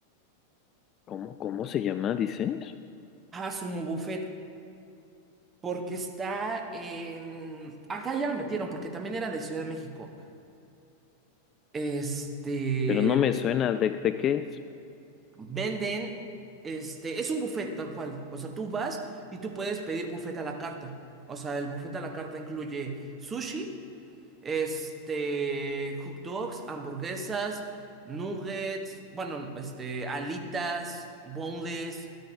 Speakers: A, on the left; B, on the right.
A: ¿Cómo, cómo se llama, dices?
B: Ah, Sumo Buffet, porque está en... Acá ya lo metieron, porque también era de Ciudad de México. Este,
A: Pero no me suena de, de qué es.
B: venden, este, es un buffet tal cual. O sea, tú vas y tú puedes pedir buffet a la carta. O sea, el buffet a la carta incluye sushi. Este, hot dogs, hamburguesas, nuggets, bueno, este, alitas, boneless,